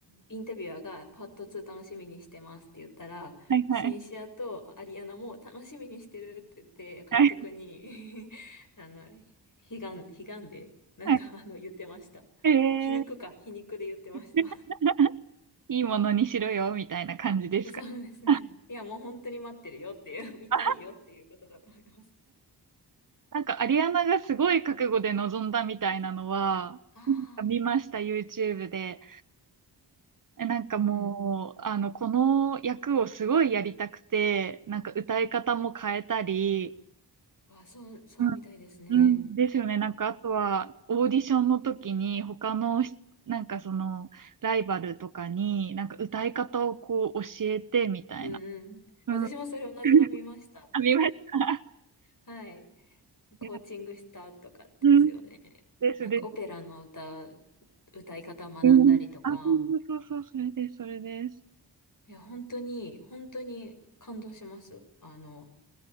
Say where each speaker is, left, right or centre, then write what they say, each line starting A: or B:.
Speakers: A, on the left (about 45°); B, on the right (about 50°).
A: インタビュアーがパート2楽しみにしてますって言ったら、
B: はいはい。
A: シンシアとアリアナも楽しみにしてるって言って、監督に
B: はい
A: <laughs> あの、悲願、悲願で、なんかあの、
B: はい。
A: 言ってました。
B: へえ。
A: 皮肉か、皮肉で言ってました。
B: <laughs> いいものにしろよ、みたいな感じですか。
A: そうですね。
B: <laughs>
A: いや、もう本当に待ってるよっていう、<laughs> 見たいよっていうことだと思います。
B: あなんかアリアナがすごい覚悟で臨んだみたいなのは、
A: あ
B: なんか見ました、
A: あ、
B: YouTube で。えなんかもう、
A: うん
B: あの、この役をすごいやりたくて、なんか歌い方も変えたり、
A: うん。わ、そう、そうみたいですね。
B: うんうんですよね。なんかあとは、オーディションの時に他のし、なんかその、ライバルとかに、なんか歌い方をこう教えてみたいな。
A: うんうん。
B: うん。
A: 私もそれ同じの見ました。
B: <laughs> あ見ました。
A: はい。コーチングしたとかですよね。
B: いやうん。ですです。
A: なんかオペラの歌、歌い方を学んだりとか、
B: うん。あ、そうそうそう、それです、それです。
A: いや、本当に、本当に感動します。あの、